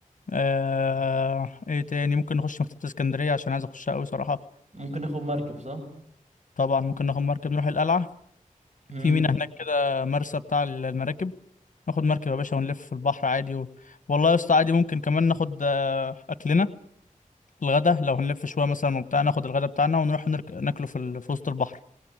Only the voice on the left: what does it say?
آه... ايه تاني ممكن نخش مكتبة اسكندرية عشان عايز اخشها قوي صراحة
طبعا ممكن ناخد مركب نروح القلعة
في مينا هناك كده مرسى بتاع المراكب ناخد مركب يا باشا ونلف في البحر عادي و... والله يا اسطى عادي ممكن كمان ناخد آه، اكلنا الغدا لو هنلف شويه مثلا وبتاع ناخد الغدا بتاعنا ونروح نرك... ناكله في ال... في وسط البحر